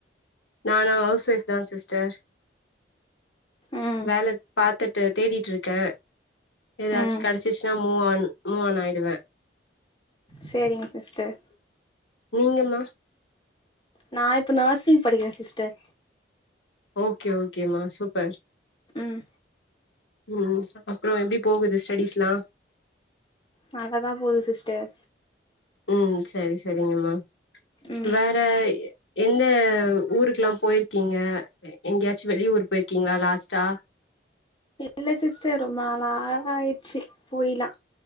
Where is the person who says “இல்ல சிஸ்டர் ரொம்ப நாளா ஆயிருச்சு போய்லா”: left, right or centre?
Left